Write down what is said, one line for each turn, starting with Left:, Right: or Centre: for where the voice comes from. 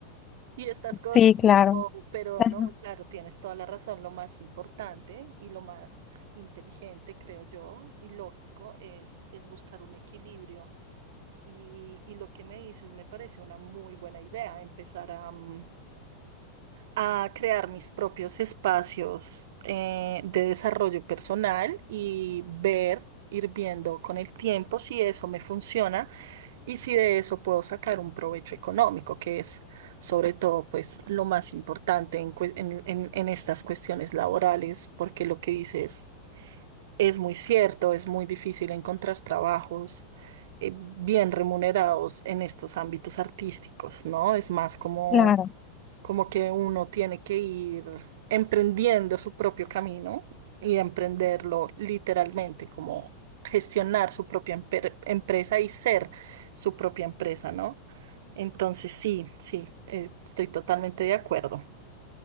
Right: y estas cosas,
Left: Sí, claro.
Right: pero, pero
Left: Ajá,
Right: no, claro, tienes toda la razón. Lo más importante y lo más inteligente, creo yo, y lógico es, es buscar un equilibrio. Y, y lo que me dices me parece una muy buena idea, empezar a, mm, a crear mis propios espacios eh, de desarrollo personal y ver, ir viendo con el tiempo si eso me funciona y si de eso puedo sacar un provecho económico, que es sobre todo pues lo más importante en, cue- en- en- en estas cuestiones laborales, porque lo que dices es muy cierto, es muy difícil encontrar trabajos eh, bien remunerados en estos ámbitos artísticos, ¿no? Es más como
Left: Claro.
Right: como que uno tiene que ir emprendiendo su propio camino y emprenderlo literalmente, como gestionar su propia emper- empresa y ser su propia empresa, ¿no? Entonces, sí, sí, eh, estoy totalmente de acuerdo.